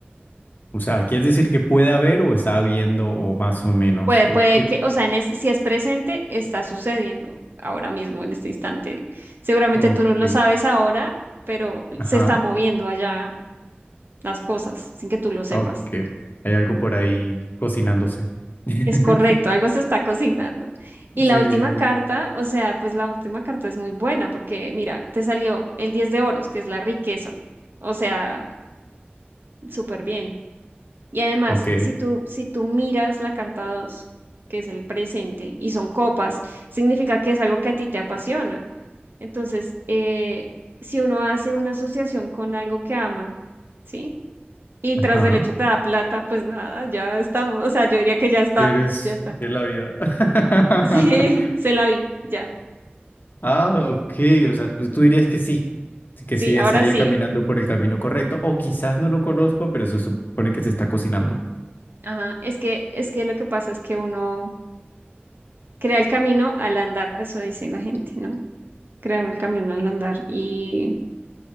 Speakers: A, on the left (about 55°); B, on the right (about 60°).
A: O sea, ¿quieres decir que puede haber o está habiendo o más o menos?
B: Puede,
A: ¿O
B: puede
A: quie-
B: que, o sea, en es- si es presente, está sucediendo ahora mismo, en este instante. Seguramente
A: Ok.
B: tú no lo sabes ahora, pero
A: Ajá,
B: se está moviendo allá las cosas sin que tú lo sepas.
A: ok. Hay algo por ahí cocinándose. <laughs>
B: Es correcto, algo se está cocinando. Y
A: Sí,
B: la última
A: sí,
B: carta,
A: sí.
B: o sea, pues la última carta es muy buena porque mira, te salió el 10 de oros, que es la riqueza. O sea, súper bien. Y además,
A: Ok,
B: si tú, si tú miras la carta dos que es el presente, y son copas, significa que es algo que a ti te apasiona. Entonces, eh, si uno hace una asociación con algo que ama, ¿sí? y
A: ajá.
B: tras del hecho te da plata, pues nada, ya estamos. O sea, yo diría que ya está,
A: ¿Quieres
B: ya está.
A: que la vida? <laughs>
B: Sí, <laughs> se la vi, ya.
A: Ah, ok. O sea, pues tú dirías que sí. sí, Que
B: Sí,
A: sí
B: ahora
A: estaría
B: sí.
A: caminando por el camino correcto. O quizás no lo conozco, pero se supone que se está cocinando.
B: Ajá, es que, es que lo que pasa es que uno crea el camino al andar, eso dice la gente, ¿no? Crea uno el camino al andar y,